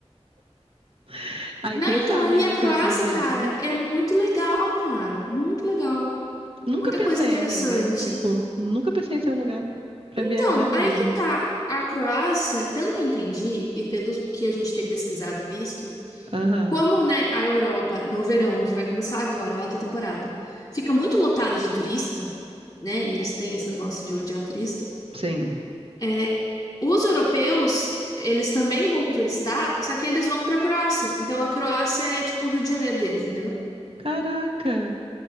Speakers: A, on the right (about 55°); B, on the left (about 35°).
A: <laughs> Ai,
B: Não,
A: quem
B: então
A: sabe
B: aí
A: a minha
B: a Croácia,
A: próxima viagem.
B: cara, é muito legal, cara, muito legal. Tem
A: Nunca
B: muita
A: pensei,
B: coisa interessante.
A: amiga. Tipo, nunca pensei em ser um lugar pra
B: Então,
A: viajar mesmo.
B: aí que tá. A Croácia, pelo que eu entendi e pelo que a gente tem pesquisado e visto,
A: Aham.
B: como, né, a Europa no verão, que vai começar agora, a alta temporada, fica muito lotado de turista, né? E eles têm esse negócio de odiar turista.
A: Sim.
B: É, os europeus, eles também vão turistar, só que eles vão pra Croácia. Então a Croácia é tipo o Rio de Janeiro deles, entendeu?
A: Caraca.